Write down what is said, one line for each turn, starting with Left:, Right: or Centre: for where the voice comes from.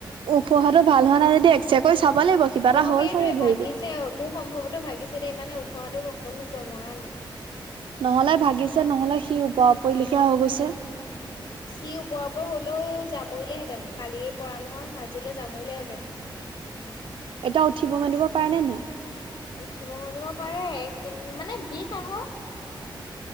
Right: ওখহাটো ভাল হোৱা নাইদি এক্সে কৰি চাব লাগিব কিবা এটা
Left: অ
Right: হ'ল
Left: সেইটোৱে
Right: চাগে ভৰিটোত।
Left: ভাগিছে মোৰ সম্ভৱতো ভাগিছে দেই মানে ওখহাটো অকণো জমৰা নাই
Right: নহলে ভাগিছে নহলে হি উপ আপৰি লিখীয়া হৈ গৈছে
Left: হি ওপৰা পৰি হলেও জামুৰিলেহেঁতেন কালিয়ে পৰা নহয় আজিলৈ জামৰিলেহেঁতেন
Right: এতিয়া উঠিব মেলিব পাৰে নে নোৱাৰে
Left: উঠিব মেলিব পাৰে কি মানে বিষ আকৌ